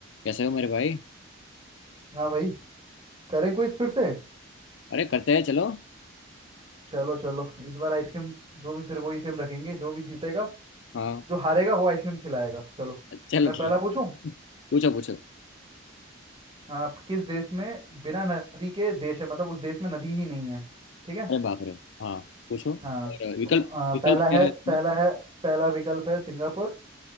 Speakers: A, on the left; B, on the right.
A: कैसे हो मेरे भाई
B: हाँ भाई करें क्विज फिर से
A: अरे करते हैं चलो
B: चलो चलो इस बार आइसक्रीम जो भी फिर वही सेम रखेंगे जो भी जीतेगा
A: हाँ
B: जो हारेगा वो आइसक्रीम खिलाएगा चलो
A: चलो
B: मैं पहला
A: ठीक
B: पूछूं
A: पूछो पूछो
B: आप किस देश में बिना नदी के देश है मतलब उस देश में नदी ही नहीं है ठीक है
A: अरे बाप रे हाँ पूछो और
B: हाँ
A: विकल्प
B: आ,
A: विकल्प
B: पहला
A: क्या
B: है
A: है इसमें
B: पहला है पहला विकल्प है सिंगापुर